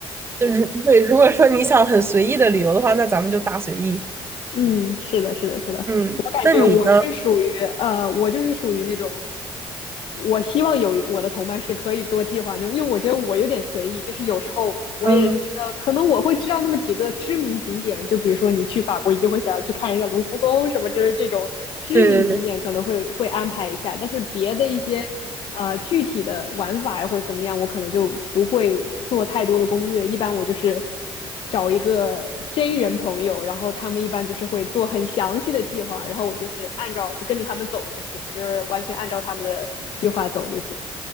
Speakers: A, on the right; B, on the left.
A: 就如对，如果说你想很随意的旅游的话，那咱们就大随意。
B: 嗯，是的，是的，是的，
A: 嗯，
B: 我感觉我是属于呃，
A: 那你呢？
B: 我就是属于那种，我希望有一个我的同伴是可以做计划那种，因为我觉得我有点随意，就是有时候我也是觉得可能我会知道那么几个知名景点，
A: 嗯，
B: 就比如说你去法国一定会想要去看一下卢浮宫什么，就是这种知名景点可能会会安排一下，
A: 对对对，
B: 但是别的一些呃具体的玩法呀或者怎么样，我可能就不会做太多的攻略，一般我就是。找一个 J 人朋友，然后他们一般就是会做很详细的计划，然后我就是按照就跟着他们走就行了，就是完全按照他们的计划走就行。